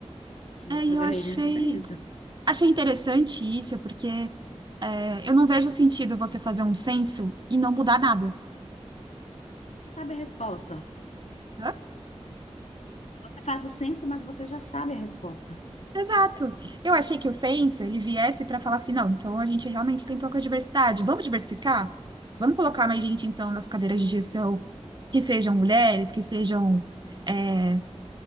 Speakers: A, on the left (about 80°); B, on the right (about 40°).
A: que
B: É,
A: eu trabalhei
B: e eu achei,
A: nessa empresa.
B: achei interessante isso, porque é, eu não vejo sentido você fazer um censo e não mudar nada.
A: Sabe a resposta?
B: né?
A: Você faz o censo, mas você já sabe a resposta.
B: Exato. Eu achei que o censo ele viesse para falar assim, não, então a gente realmente tem pouca diversidade. Vamos diversificar? Vamos colocar mais gente então nas cadeiras de gestão, que sejam mulheres, que sejam é,